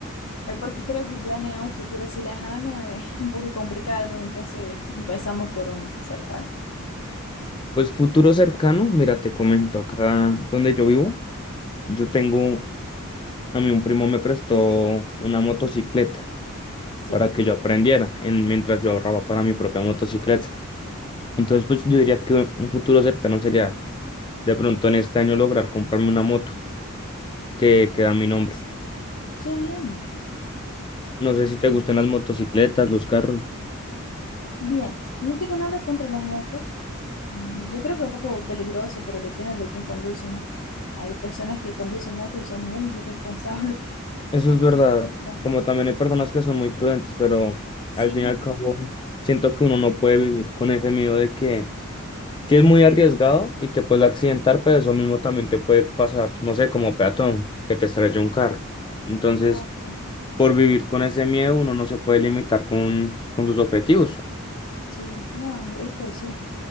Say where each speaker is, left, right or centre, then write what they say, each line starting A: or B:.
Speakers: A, on the left; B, on the left.
A: eh, porque creo que planear un futuro así lejano es <laughs> un poco complicado, entonces empezamos por un cercano.
B: Pues futuro cercano, mira, te comento, acá donde yo vivo, yo tengo, a mí un primo me prestó una motocicleta
A: Sí,
B: para que yo aprendiera en- mientras yo ahorraba para mi propia motocicleta. Entonces, pues yo diría que un futuro cercano sería de pronto en este año lograr comprarme una moto que queda a mi nombre.
A: qué bien.
B: No sé si te gustan las motocicletas, los carros.
A: Bien, no tengo nada contra las motos. Mm, Yo creo que es un poco peligroso, pero depende de quién conduce, ¿no? Hay personas que conducen motos y son muy irresponsables. <laughs>
B: Eso es verdad.
A: No.
B: Como también hay personas que son muy prudentes, pero
A: Sí,
B: al fin y al cabo siento que uno no puede vivir con ese miedo de que si es muy arriesgado y te puedes accidentar, pero eso mismo también te puede pasar, no sé, como peatón, que te estrella un carro. Entonces,
A: exacto.
B: por vivir con ese miedo, uno no se puede limitar con, con sus objetivos.
A: Sí, no, esto sí.